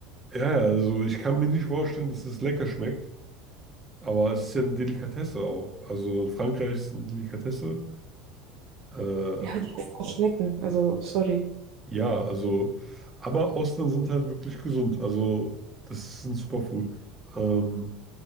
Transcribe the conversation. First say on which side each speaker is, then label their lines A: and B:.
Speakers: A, on the right; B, on the right.
A: Ja, ja, also ich kann mir nicht vorstellen, dass es lecker schmeckt, aber es ist ja eine Delikatesse auch. Also in Frankreich ist es eine Delikatesse. Äh,
B: Ja, aber die essen auch Schnecken, also sorry.
A: ja, also, aber Austern sind halt wirklich gesund. Also das ist ein Superfood. Ähm,